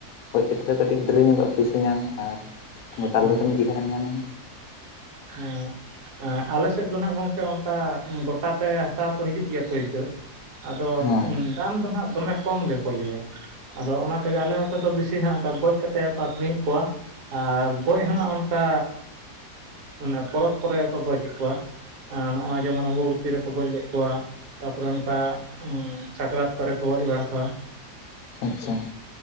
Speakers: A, on the left; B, on the right.
A: ᱜᱚᱡᱛᱮᱫ ᱫᱚ ᱠᱟᱹᱴᱤᱡ ᱰᱮᱨᱤ ᱧᱚᱜᱚᱜᱼᱟ ᱯᱚᱭᱥᱟ ᱧᱟᱢ ᱟᱨ ᱜᱚᱴᱟᱞ
B: ᱦᱮᱸ
A: ᱫᱚ ᱢᱤᱫ ᱪᱤᱜᱷᱟ ᱨᱮᱟᱢ ᱧᱟᱢᱟ᱾
B: <unintelligible> ᱮᱸ ᱟᱞᱮᱥᱮᱫ ᱫᱚ ᱱᱟᱜ ᱜᱚᱝᱠᱮ ᱚᱱᱠᱟ ᱜᱚᱴᱟ ᱛᱮ ᱦᱟᱛᱟᱣ ᱠᱚ ᱦᱤᱡᱩᱜ ᱜᱮᱭᱟ ᱯᱟᱹᱭᱠᱟᱹᱨ ᱟᱫᱚ
A: ᱦᱮᱸ
B: ᱫᱟᱢᱫᱚᱨ ᱦᱜ ᱫᱚᱢᱮ ᱠᱚᱢ ᱜᱮᱠᱚ ᱞᱟᱢ ᱟᱫᱚ ᱚᱱᱟ ᱛᱮᱜᱮ ᱟᱞᱮ ᱢᱚᱛᱮ ᱫᱚ ᱵᱤᱥᱤ ᱱᱟᱜ ᱚᱱᱠᱟ ᱜᱚᱡ ᱠᱟᱛᱮ ᱟᱠᱷᱨᱤᱧᱮᱫ ᱠᱚᱣᱟ ᱟᱨ ᱜᱚᱡ ᱦᱚᱸ ᱱᱚ ᱚᱱᱠᱟ ᱮ ᱯᱚᱨᱚᱵᱽ ᱠᱚᱨᱮ ᱠᱚ ᱜᱚᱡᱮᱫ ᱠᱚᱣᱟ᱾ ᱱᱚᱜᱼᱚᱭ ᱡᱮᱢᱚᱱ ᱚᱢᱵᱚᱵᱚᱛᱤ ᱨᱮᱠᱚ ᱜᱚᱡ ᱞᱮᱫ ᱠᱚᱣᱟ ᱛᱟᱨᱯᱚᱨᱮ ᱚᱱᱠᱟ ᱥᱟᱠᱨᱟᱛ ᱠᱚᱨᱮ ᱠᱚ ᱜᱚᱡ ᱵᱟᱲᱟ ᱠᱚᱣᱟ
A: ᱟᱪᱪᱷᱟ